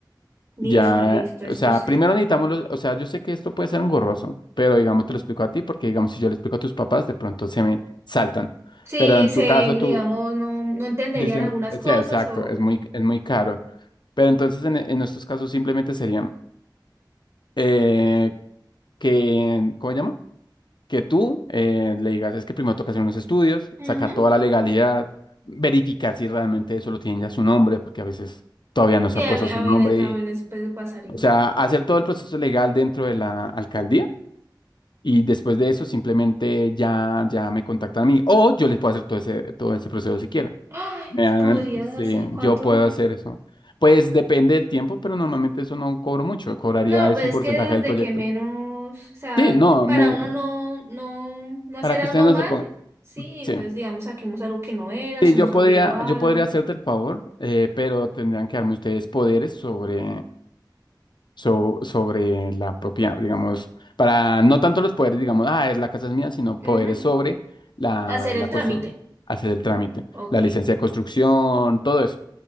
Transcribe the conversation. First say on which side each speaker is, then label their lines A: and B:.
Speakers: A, on the right; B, on the left.
A: Listo,
B: Ya,
A: listo. Esto
B: o sea,
A: es-
B: primero necesitamos los, o sea, yo sé que esto puede ser engorroso, pero digamos te lo explico a ti, porque digamos si yo le explico a tus papás, de pronto se me saltan.
A: Sí,
B: Pero en
A: se,
B: tu caso,
A: digamos,
B: tú,
A: no, no entenderían
B: Dicen,
A: algunas
B: o
A: cosas
B: sea, exacto,
A: o...
B: es muy, es muy caro. Pero entonces en, en estos casos simplemente serían eh, que, ¿cómo se llama? Que tú eh, le digas, es que primero toca hacer unos estudios,
A: Ujú,
B: sacar toda la legalidad, verificar si realmente eso lo tienen ya su nombre, porque a veces todavía no se
A: Sí,
B: ha
A: a,
B: puesto su
A: a
B: nombre.
A: veces, a
B: y-
A: veces pues, pasaría.
B: o sea, hacer todo el proceso legal dentro de la alcaldía y después de eso simplemente ya, ya me contactan a mí o yo les puedo hacer todo ese, todo ese proceso si quieren.
A: Ay,
B: Mira,
A: podrías
B: sí,
A: hacer cuánto...
B: yo puedo hacer eso. Pues depende del tiempo, pero normalmente eso no cobro mucho. Cobraría
A: No,
B: es
A: pues
B: un
A: es
B: porcentaje
A: que desde
B: del proyecto.
A: que menos, o sea,
B: Sí, no,
A: para
B: me-
A: uno no, no, no hacer
B: para que
A: algo
B: ustedes no
A: mal,
B: se pongan.
A: sí, entonces
B: Sí.
A: digamos saquemos algo que no era
B: Sí,
A: o se
B: yo
A: nos olvidó
B: podría,
A: algo.
B: yo podría hacerte el favor, eh, pero tendrían que darme ustedes poderes sobre so- sobre la propia, digamos, para no tanto los poderes, digamos, ah, es la casa es mía, sino
A: Ujú,
B: poderes sobre la,
A: Hacer el
B: la constru-
A: trámite.
B: hacer el trámite,
A: Mm. Ok.
B: la licencia de construcción, todo eso.